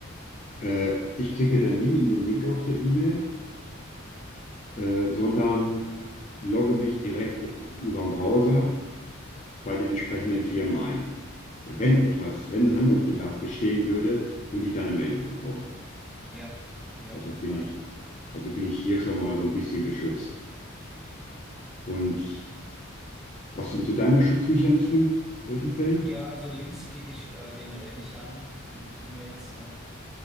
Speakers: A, on the left; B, in the centre.
A: Äh, ich klicke da nie in den Link auf der E-Mail, äh, sondern logge mich direkt über den Browser bei den entsprechenden Firmen ein. Wenn etwas, wenn Handlungsbedarf bestehen würde, würde ich da eine Meldung bekommen.
B: Ja, ja,
A: Also
B: auf jeden
A: bin
B: Fall.
A: ich, also bin ich hier schon mal so ein bisschen geschützt. Und was sind so deine Schutzmechanismen in solchen Fällen?
B: Ja, also Links klicke ich äh, generell nicht an in so E-Mails, ne?